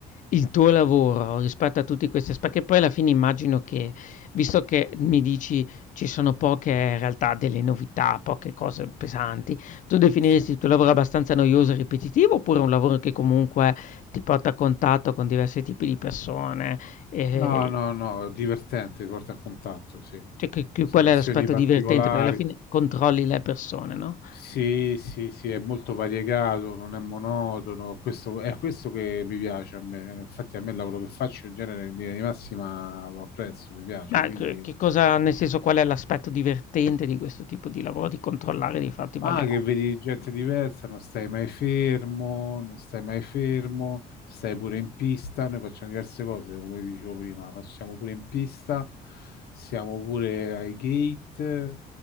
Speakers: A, on the left; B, on the left.
A: il tuo lavoro rispetto a tutti questi aspe perché poi alla fine immagino che, visto che mi dici ci sono poche in realtà delle novità, poche cose pesanti, tu definiresti
B: Sì.
A: il tuo lavoro abbastanza noioso e ripetitivo oppure un lavoro che comunque ti porta a contatto con diversi tipi di persone, ehm,
B: No, no, no, divertente, porta a contatto, sì.
A: cioè che che
B: Situazioni
A: qual è l'aspetto
B: particolari.
A: divertente? Perché alla fine controlli le persone, no?
B: Sì, sì, sì, è molto variegato, non è monotono, questo, è questo che mi piace a me, infatti a me il lavoro che faccio in genere in linea di massima lo apprezzo, mi piace,
A: Ma
B: quindi...
A: che che cosa nel senso, qual è l'aspetto divertente di questo tipo di lavoro, di controllare di fatto i
B: Ah,
A: bagagli?
B: che vedi gente diversa, non stai mai fermo, non stai mai fermo, stai pure in pista, noi facciamo diverse cose, come ti dicevo prima, facciamo pure in pista, siamo pure ai gate,